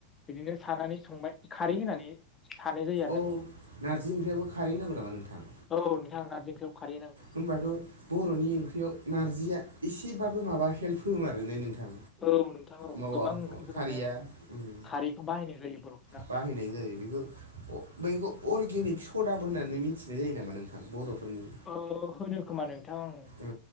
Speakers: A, on the left (about 20°); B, on the right (about 75°).
A: बिदिनो सानानै संबाय खारै होनानै। सानाय जायो आरोना
B: अ
A: बेखौ
B: नार्जि ओंख्रियावबो खारै होनांगौ नामा नोंथां?
A: औ नोंथां नारजि ओंख्रियावबो खारै होनांगौ।
B: होमबाबे बर'नि ओंख्रिया नारजिया एसेबाबो माबा हेल्प होमारो ने नोंथां?
A: औ नोंथां औ
B: माबा
A: गोबां ओंख्रिफोरावनो
B: खारैया उम
A: खारैखौ बाहायनाय जायोथ'।
B: बाहायनाय जायो बेखो अ बैखौ अर्गेनिक सदाबो होननानै मिथिनाय जायो नामा नोंथां बर'फोरनि?
A: ओ होनो खोमा नोंथां ओं
B: औ